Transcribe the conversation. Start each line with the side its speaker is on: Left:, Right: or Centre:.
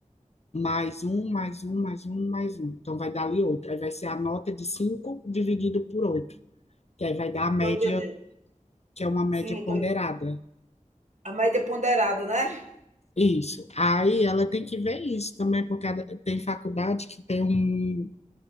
Left: mais um mais um mais um mais um. Então vai dar ali 8. Aí vai ser a nota de 5 dividido por oito. que aí vai dar
Right: Não
Left: a média,
Right: estou entendendo.
Left: que é uma média
Right: Sim, eu
Left: ponderada,
Right: tô... a média ponderada, né?
Left: Isso. Aí ela tem que ver isso também, porque ela- tem faculdade que tem um,